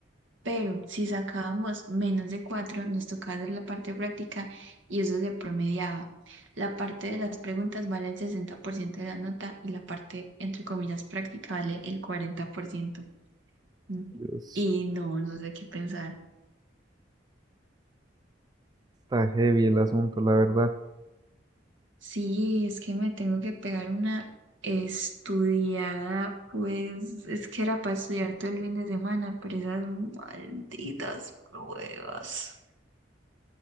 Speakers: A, on the right; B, on the right.
A: pero si sacábamos menos de cuatro, nos tocaba hacer la parte práctica y eso se promediaba. La parte de las preguntas vale el 60% de la nota y la parte, entre comillas, práctica vale el 40%. Mm.
B: Dios.
A: Y no, no sé qué pensar.
B: Está heavy el asunto, la verdad.
A: Sí, es que me tengo que pegar una estudiada, pues es que era para estudiar todo el fin de semana, pero esas malditas pruebas.